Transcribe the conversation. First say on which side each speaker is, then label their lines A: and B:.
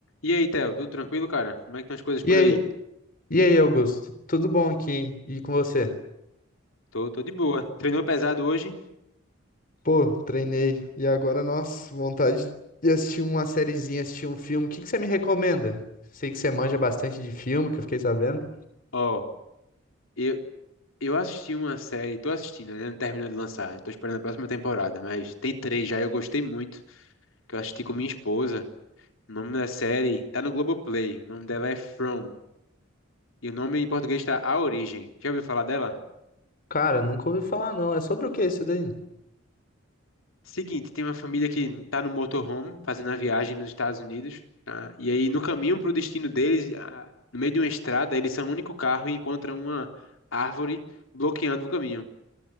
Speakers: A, on the left (about 80°); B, on the left (about 45°).
A: E aí, Theo, tudo tranquilo, cara? Como é que estão as coisas
B: E
A: por
B: aí,
A: aí?
B: e aí, Augusto? Tudo bom aqui? E com você?
A: Tô, tô de boa. Treinou pesado hoje?
B: Pô, treinei. E agora, nossa, vontade de assistir uma sériezinha, assistir um filme. O que que você me recomenda? Sei que você manja bastante de filme, que eu fiquei sabendo.
A: Ó, eu, eu assisti uma série, tô assistindo, ainda não terminou de lançar. Tô esperando a próxima temporada, mas tem três já, eu gostei muito, que eu assisti com minha esposa. O nome da série tá no Globoplay, o nome dela é From, e o nome em português tá A Origem. Já ouviu falar dela?
B: Cara, nunca ouvi falar não. É sobre o que isso daí?
A: Seguinte, tem uma família que tá no motorhome fazendo a viagem nos Estados Unidos, tá? E aí no caminho para o destino deles, ah, no meio de uma estrada, eles são o único carro e encontram uma árvore bloqueando o caminho.